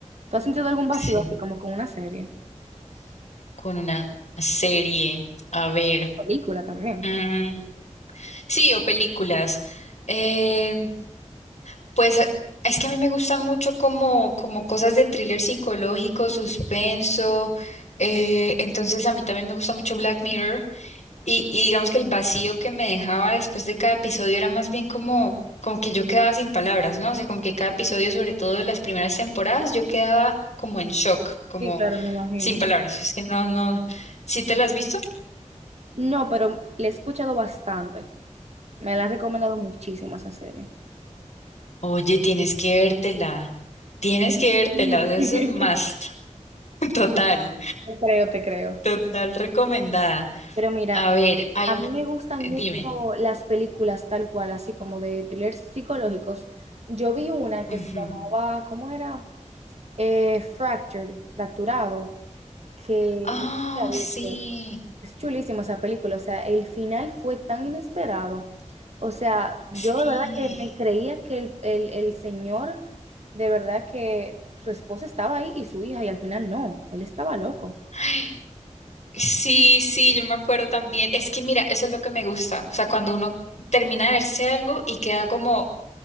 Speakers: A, on the right; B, on the left.
A: ¿Tú has sentido algún vacío
B: Sí.
A: así como con una serie?
B: Con una serie. A ver.
A: Película también.
B: mm,
A: pues.
B: Sí, o películas. Eh, Pues eh, es que a mí me gustan mucho como, como cosas de thriller psicológico, suspenso. eh, entonces a mí también me gusta mucho Black Mirror. Y, y digamos que el vacío que me dejaba después de cada episodio era más bien como, como que yo quedaba sin palabras, ¿no? O sea, como que cada episodio, sobre todo de las primeras temporadas, yo quedaba como en shock, como
A: Sí, claro, me imagino.
B: sin palabras. Es que no, no. ¿Sí te la has visto?
A: No, pero le he escuchado bastante. Me la han recomendado muchísimo esa serie.
B: Oye, tienes que vértela. Tienes que vértela.
A: <laughs>
B: O sea, es un must <laughs> total.
A: Te creo, te creo.
B: Total recomendada.
A: Pero mira,
B: A ver, al,
A: a mí me gustan
B: dime.
A: mucho las películas tal cual, así como de thrillers psicológicos. Yo vi una que
B: Ujú.
A: se llamaba, ¿cómo era? Eh, Fractured, Fracturado, que
B: Ah,
A: no sé si la
B: sí,
A: viste. Es chulísima esa película, o sea, el final fue tan inesperado. O sea, yo
B: sí.
A: de verdad que me creía que el, el, el señor, de verdad que su esposa estaba ahí y su hija, y al final no, él estaba loco.
B: Ay, sí, sí, yo me acuerdo también. Es que mira, eso es lo que me gusta. O sea, cuando uno termina de verse algo y queda como,